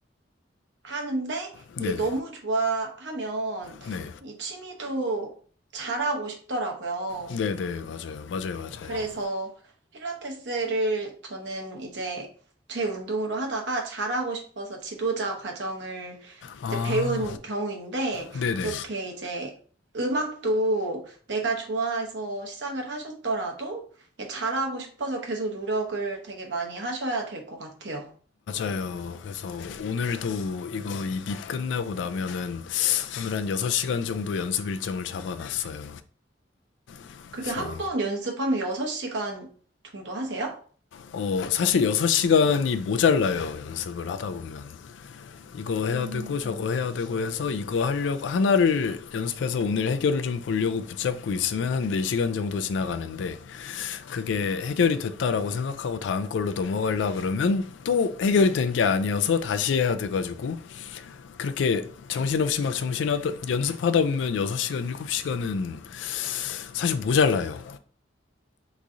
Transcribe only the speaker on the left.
네네.
네.
네네 맞아요 맞아요 맞아요
아,
네네
맞아요 그래서 오늘도 이거 이 밑 끝나고 나면은 오늘 한 6시간 정도 연습 일정을 잡아놨어요 그래서
어 사실 6시간이 모자라요 연습을 하다 보면 이거 해야
되고 저거
해야 되고 해서 이거 하려고 하나를 연습해서 오늘 해결을 좀 보려고 붙잡고 있으면 한 4시간 정도 지나가는데 그게 해결이 됐다라고 생각하고 다음 걸로 넘어가려 그러면 또 해결이 된게 아니어서 다시 해야 돼가지고 그렇게 정신없이 막 정신하다 연습하다 보면 6시간, 7시간은 사실 모자라요.